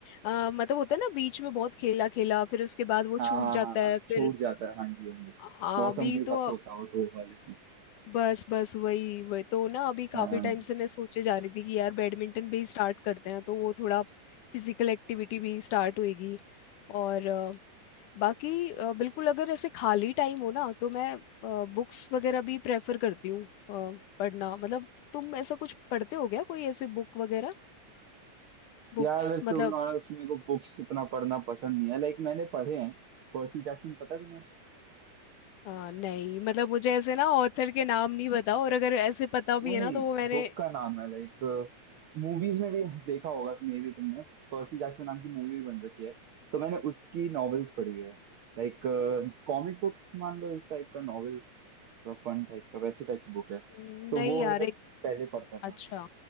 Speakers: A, on the left; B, on the right.
A: अ, मतलब होता है ना बीच में बहुत खेला खेला फिर उसके बाद वो
B: <laughs> हाँ
A: छूट
B: हाँ
A: जाता
B: हाँ हाँ
A: है
B: छूट
A: फिर
B: जाता है हाँ जी हाँ जी
A: हाँ
B: मौसम
A: अभी
B: के हिसाब
A: तो
B: से होता हो तो हालांकि
A: बस बस वही वही तो ना अभी काफी
B: हाँ हाँ, हाँ।
A: टाइम से मैं सोचे जा रही थी कि यार बैडमिंटन भी स्टार्ट करते हैं तो वो थोड़ा फिजिकल एक्टिविटी भी स्टार्ट होएगी और अ, बाकी अ, बिल्कुल अगर ऐसे खाली टाइम हो ना तो मैं बुक्स वगैरह भी प्रेफर करती हूँ अ, पढ़ना मतलब तुम ऐसा कुछ पढ़ते हो क्या कोई ऐसे बुक वगैरह बुक्स
B: यार
A: मतलब
B: टू बी ऑनेस्ट मेरे को बुक्स इतना पढ़ना पसंद नहीं है लाइक मैंने पढ़े हैं पर्सी जैक्सन पता है तुम्हें
A: आ, नहीं मतलब मुझे ऐसे ना ऑथर के नाम नहीं पता और अगर ऐसे पता भी
B: नहीं
A: है
B: नहीं
A: ना तो वो मैंने
B: बुक का नाम है लाइक मूवीज में भी देखा होगा मे भी तुमने पर्सी जैक्सन नाम की मूवी भी बन रखी है तो मैंने उसकी नॉवेल्स पढ़ी है लाइक कॉमिक बुक मान लो एक टाइप का नॉवेल थोड़ा फन टाइप का वैसे टाइप की बुक है
A: नहीं
B: तो वो
A: यार
B: मैंने
A: एक
B: पहले पढ़ता था
A: अच्छा